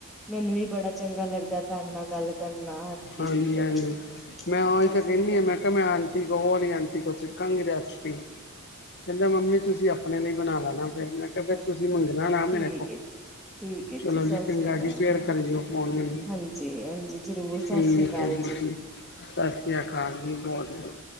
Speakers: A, in the centre; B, on the left.
A: ਮੈਨੂੰ ਵੀ ਬੜਾ ਚੰਗਾ ਲੱਗਦਾ, ਤੁਹਾਡੇ ਨਾਲ ਗੱਲ ਕਰਨਾ ਹਾਂਜੀ
B: ਹਾਂਜੀ-ਹਾਂਜੀ
A: ਜੀ ਚਲੋ
B: ਮੈਂ ਓ
A: ਸਤਿ
B: ਤਾਂ ਕਹਿੰਨੀਂ
A: ਸ੍ਰੀ ਅਕਾਲ
B: ਆ, ਮੈਂ ਕਿਹਾ, ਮੈਂ ਆਂਟੀ ਕੋ ਸਿੱਖਾਂਗੀ ਜੀ ਕਹਿੰਦਾ ਮੰਮੀ ਜੀ ਤੁਸੀਂ ਆਪਣੇ ਲਈ ਬਣਾ ਲੈਣਾ ਫਿਰ ਮੈਂ ਕਿਹਾ, ਫਿਰ
A: ਹਾਂਜੀ
B: ਤੁਸੀਂ ਮੰਗਣਾ ਨਾ ਮੇਰੇ
A: ਠੀਕ
B: ਕੋਲ
A: ਹੈ ਜੀ ਠੀਕ ਹੈ
B: ਚਲੋ
A: ਸਤਿ
B: ਜੀ, ਚੰਗਾ
A: ਸ੍ਰੀ ਅਕਾਲ
B: ਜੀ, ਫੇਰ ਕਰਓ ਫੋਨ ਮੈਨੂੰ
A: ਹਾਂਜੀ ਹਾਂਜੀ ਜ਼ਰੂਰ ਸਤਿ
B: ਠੀਕ
A: ਸ੍ਰੀ ਅਕਾਲ
B: ਹੈ ਜੀ, ਸਤਿ ਸ਼੍ਰੀ ਅਕਾਲ ਜੀ, ਬਹੁਤ ਬਹੁਤ